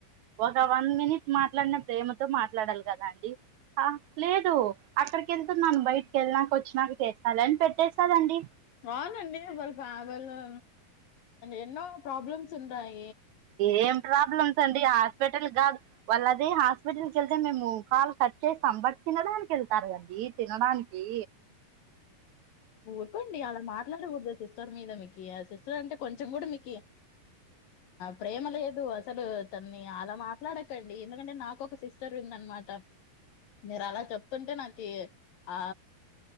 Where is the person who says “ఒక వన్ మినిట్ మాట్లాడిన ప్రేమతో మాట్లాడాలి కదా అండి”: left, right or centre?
Right